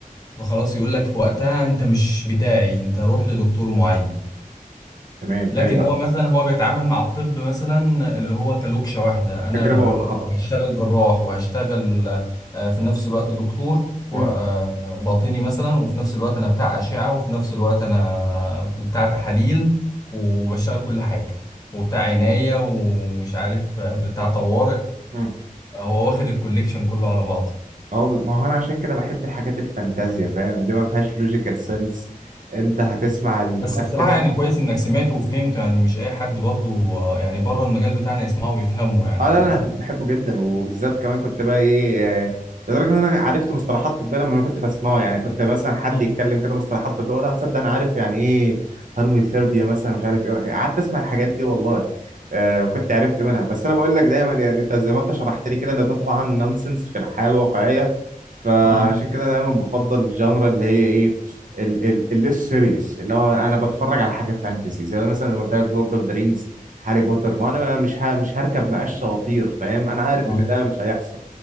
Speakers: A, on the left (about 25°); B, on the right (about 60°).
A: فخلاص يقول لك في وقتها انت مش بتاعي انت روح لدكتور معين
B: تمام
A: لكن
B: أيوه
A: هو مثلا هو بيتعامل مع الطب مثلا اللي هو كلوكشة واحدة انا
B: التجربة والخطأ
A: هشتغل جراح وهشتغل آه، في نفس الوقت دكتور و-
B: امم
A: آه، باطني مثلا وفي نفس الوقت انا بتاع أشعة وفي نفس الوقت انا في بتاع تحاليل وبشتغل كل حاجة وبتاع عناية ومش عارف آه، بتاع طوارئ
B: امم
A: هو واخد الكوليكشن كله على بعضه
B: أهو بز- ما هو أنا عشان كده بحب الحاجات الفانتازيا فاهم؟ دي ما فيهاش لوجيكال سنس أنت هتسمع الفانتازي
A: بس بصراحة يعني كويس انك سمعته وفهمته يعني مش اي حد برضو آه، يعني بره المجال بتاعنا يسمعه ويفهمه يعني
B: اه لا لا انا كنت بحبه جدا وبالذات كمان كنت بقى ايه آه، لدرجه ان انا عرفت مصطلحات طبيه لما انا كنت بسمعه يعني كنت مثلا حد
A: مم.
B: يتكلم كده مصطلحات طبيه ولا صدق انا عارف يعني ايه هرمي ثيرابيا مثلا مش عارف ايه قعدت اسمع الحاجات دي والله آه وكنت عرفت منها بس انا بقول لك دايما يعني انت زي ما انت شرحت لي كده ان ده طبعا نونسنس في الحياه الواقعيه فعشان
A: مم.
B: كده انا دايما بفضل الجانرا اللي هي ايه الليس سيريس اللي هو انا بتفرج على حاجه فانتسي زي مثلا زي ما قلت لك لورد اوف ذا رينجز هاري بوتر ما انا أنا مش ه... مش هركب معاه الشواطير فاهم انا عارف
A: اه
B: ان ده مش هيحصل